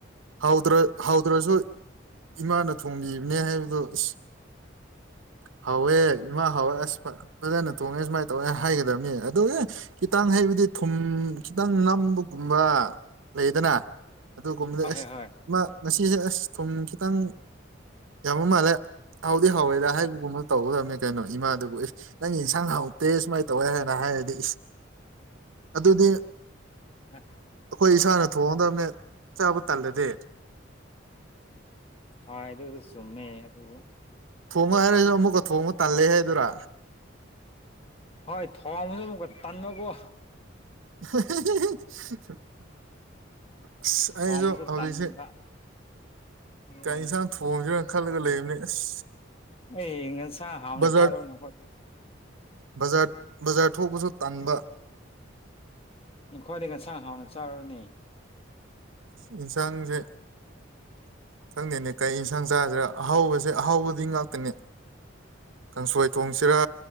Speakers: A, on the right; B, on the left.
A: ꯍꯧꯗ꯭ꯔ ꯍꯧꯗ꯭ꯔꯁꯨ ꯏꯃꯥꯅ ꯊꯣꯡꯕꯤꯕꯅꯦ ꯍꯥꯏꯕꯗꯣ ꯏꯁ ꯍꯥꯎꯋꯦ ꯏꯃꯥ ꯍꯥꯎꯋꯦ ꯑꯁ ꯐꯖꯅ ꯊꯣꯡꯉꯦ ꯁꯨꯃꯥꯏꯅ ꯇꯧꯋꯦ ꯍꯥꯏꯒꯗꯕꯅꯤ ꯑꯗꯨ ꯈꯤꯇꯪ ꯍꯥꯏꯕꯗꯤ ꯊꯨꯝ ꯈꯤꯇꯪ ꯅꯝꯕꯒꯨꯝꯕ ꯂꯩꯗꯅ ꯑꯗꯨ ꯀꯨꯝꯗ
B: ꯍꯣꯏ
A: ꯑꯁ
B: ꯍꯣꯏ ꯍꯣꯏ
A: ꯏꯃꯥ ꯉꯁꯤꯁꯦ ꯑꯁ ꯊꯨꯝ ꯈꯤꯇꯪ ꯌꯥꯝꯕ ꯃꯥꯜꯂꯦ ꯍꯥꯎꯗꯤ ꯍꯥꯎꯏꯗ ꯍꯥꯏꯕꯒꯨꯝꯕ ꯇꯧꯒꯗꯕꯅꯤ ꯀꯩꯅꯣ ꯏꯃꯥꯗꯨꯕꯨ ꯑꯦ ꯅꯪꯒꯤ ꯏꯟꯁꯥꯡ ꯍꯥꯎꯇꯦ ꯁꯨꯃꯥꯏꯅ ꯇꯧꯋꯦ ꯍꯥꯏꯅ ꯍꯥꯏꯔꯗꯤ ꯏꯁ ꯑꯗꯨꯗꯤ
B: ꯍ
A: ꯑꯩꯈꯣꯏ ꯏꯁꯥꯅ ꯊꯣꯡꯉꯗꯕꯅꯦ ꯆꯥꯕ ꯇꯜꯂꯗꯤ
B: ꯍꯣꯏ ꯑꯗꯨ ꯆꯨꯝꯃꯦ ꯑꯗꯨ
A: ꯊꯣꯡꯉꯣ ꯍꯥꯏꯔꯁꯨ ꯑꯃꯨꯛꯀ ꯊꯣꯡꯕ ꯇꯥꯟꯂꯦ ꯍꯥꯏꯗꯨꯔꯥ
B: ꯍꯣꯏ ꯊꯣꯡꯕꯁꯨ ꯑꯃꯨꯛꯀ ꯇꯥꯟꯕꯀꯣ
A: <inaudible> ꯑꯁ ꯑꯩꯁꯨ
B: ꯊꯣꯡꯕꯁꯨ
A: ꯍꯧꯖꯤꯛꯁꯦ
B: ꯇꯟꯕ ꯑꯗꯨꯒꯤ
A: ꯀꯩ ꯌꯦꯟꯁꯥꯡ ꯊꯣꯡꯁꯤꯔꯥ ꯈꯜꯂꯒ ꯂꯩꯕꯅꯦ ꯑꯁ
B: ꯑꯩ ꯉ ꯁꯥ ꯍꯥꯎꯅ
A: ꯕꯖꯥꯔ
B: ꯆꯥꯔꯣ ꯅꯈꯣꯏ
A: ꯕꯖꯥꯔ ꯕꯖꯥꯔ ꯊꯣꯛꯄꯁꯨ ꯇꯟꯕ
B: ꯅꯈꯣꯏꯗꯤ ꯉꯟꯁꯥꯡ ꯍꯥꯎꯅ ꯆꯥꯔꯨꯅꯦ
A: ꯌꯦꯟꯁꯥꯡꯁꯦ ꯈꯪꯗꯦꯅꯦ ꯀꯩ ꯌꯦꯟꯁꯥꯡ ꯆꯥꯁꯤꯔ ꯑꯍꯥꯎꯕꯁꯦ ꯑꯍꯥꯎꯕꯗꯤ ꯉꯥꯛꯇꯅꯦ ꯀꯥꯡꯁꯣꯏ ꯊꯣꯡꯁꯤꯔꯥ